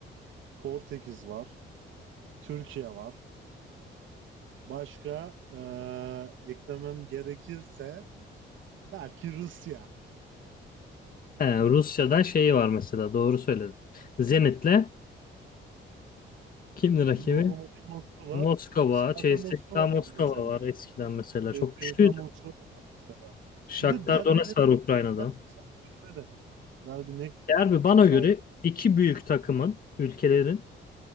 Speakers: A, on the right (about 75°); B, on the left (about 45°).
A: Portekiz var, Türkiye var. Başka eee, eklemem gerekirse belki Rusya,
B: He, Rusya'dan şeyi var mesela doğru söyledin. Zenit'le kimdi rakibi?
A: Lokomotiv Moskova,
B: Moskova,
A: Sparta
B: CSKA
A: Moskova
B: Moskova
A: var mesela.
B: var eskiden mesela.
A: CSKA
B: Çok güçlüydü.
A: Moskova var mesela.
B: Shakhtar
A: Bir de derbi
B: Donetsk
A: ne
B: var
A: demek?
B: Ukrayna'da.
A: Yani sana göre ne demek? Derbi ne
B: Derbi bana
A: çağrıştı?
B: göre iki büyük takımın, ülkelerin